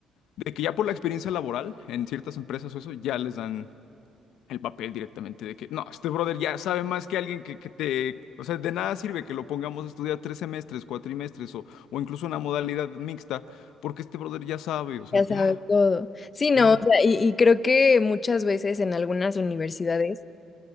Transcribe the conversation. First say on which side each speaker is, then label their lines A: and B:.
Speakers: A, on the left; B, on the left.
A: de que ya por la experiencia laboral en ciertas empresas o eso, ya les dan el papel directamente de que, no, este brother ya sabe más que alguien que, que te... O sea, de nada sirve que lo pongamos a estudiar tres semestres, cuatrimestres o, o incluso una modalidad mixta, porque este brother ya sabe, o sea,
B: Ya sabes
A: ya,
B: todo. Sí, no,
A: ya.
B: o sea, y, y creo que muchas veces en algunas universidades